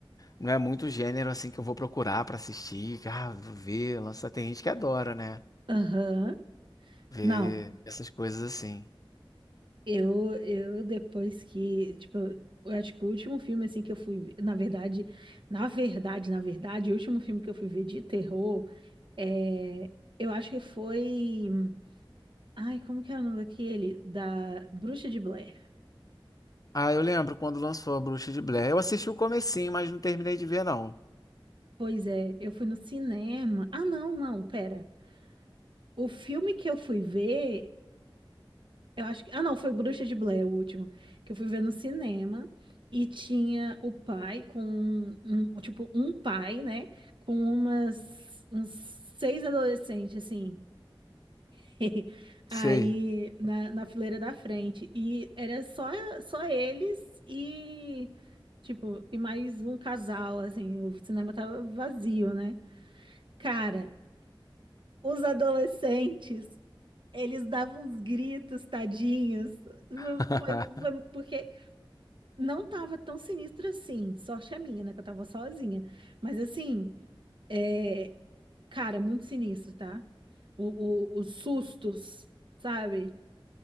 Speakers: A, on the left; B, on the right.
A: Não é muito gênero assim que eu vou procurar pra assistir, que, ah, vou ver, lança tem gente que adora, né?
B: aham.
A: Ver
B: Não,
A: essas coisas assim.
B: eu, eu depois que, tipo, eu acho que o último filme, assim, que eu fui ver, na verdade, na verdade, na verdade, o último filme que eu fui ver de terror, é, eu acho que foi Ai, como que é o nome daquele? Da Bruxa de Blair.
A: Ah, eu lembro quando lançou a Bruxa de Blair. Eu assisti o comecinho, mas não terminei de ver, não.
B: Pois é, eu fui no cinema. Ah, não, não, pera. O filme que eu fui ver, eu acho que. Ah, não, foi Bruxa de Blair, o último. Que eu fui ver no cinema. E tinha o pai com. Um, um, tipo, um pai, né? Com umas, uns seis adolescentes, assim. <laughs>
A: Sei.
B: Aí na, na fileira da frente. E era só, só eles e, tipo, e mais um casal, assim, o cinema tava vazio, né? Cara, os adolescentes, eles davam uns gritos, tadinhos.
A: <laughs>
B: Foi, foi porque não tava tão sinistro assim. Sorte a minha, né? Que eu tava sozinha. Mas assim, é, cara, muito sinistro, tá? o, o- os sustos, sabe?